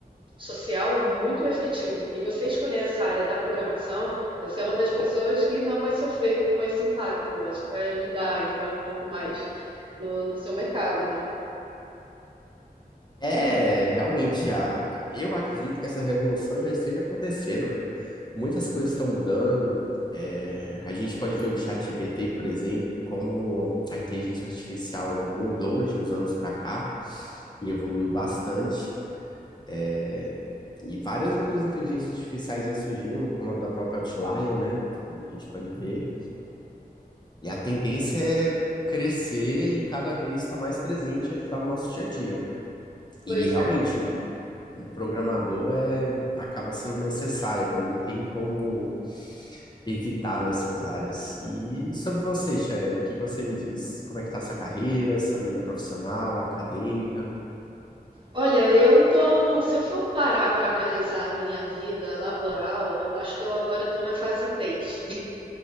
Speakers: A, on the right; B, on the left.
A: social muito efetivo. E você escolher essa área da programação, você é uma das pessoas que não vai sofrer com esse impacto. Acho que vai ajudar ainda um pouco mais no, no seu mercado, né?
B: É, realmente, a, eu acredito que essa revolução já esteja acontecendo. Muitas coisas estão mudando. É, a gente pode ver o ChatGPT, por exemplo, como a inteligência artificial mudou de uns anos para cá e evoluiu bastante. É, e várias outras inteligências artificiais vêm surgindo, como a da própria Outlier, né? Como a gente pode ver. E a tendência é crescer e cada vez estar mais presente e ajudar no nosso dia a dia.
A: Pois
B: E realmente,
A: é.
B: um, um programador é, acaba sendo necessário, ele não tem como evitar nessas áreas. E sobre você, Chayane, o que que você me diz? Como é que tá a sua carreira, sua vida profissional, acadêmica?
A: Olha, eu tô num, se eu for parar para analisar a minha vida laboral, eu acho que eu agora estou na fase três